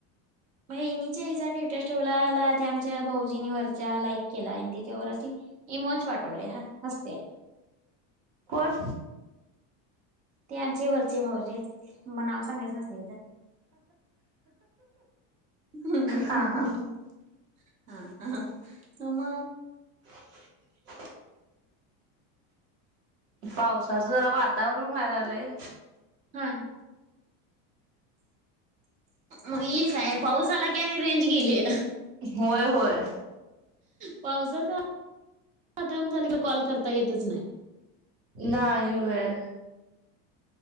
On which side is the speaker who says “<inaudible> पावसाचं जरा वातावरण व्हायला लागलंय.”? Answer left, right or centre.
Right